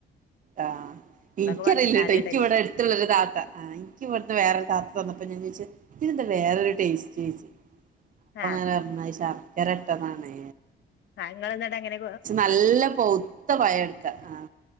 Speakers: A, on the right (about 40°); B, on the left (about 65°).
A: ആഹ് ഇനിക്കറിയില്ല
B: പഞ്ചസാര
A: കേട്ടോ ഇക്ക്
B: ഇടല്
A: ഇവിടെ അടുത്തുള്ള ഒരു താത്ത എനിക്ക് ഇവിടുന്ന് വേറെരു താത്ത തന്നപ്പോൾ ഞാൻ ചോദിച്ചു ഇതിനെന്ത വേറൊരുടേസ്റ്റ് ചോദിച്ചു അപ്പൊ
B: ആഹ്
A: അങ്ങനെ പറഞ്ഞത് ശർക്കര ഇട്ടതാണ്
B: ആ നിങ്ങള് എന്നിട്ട് അങ്ങനെ
A: ച്ച് നല്ല പവ്ത്ത പയം എടുക്കാ ആ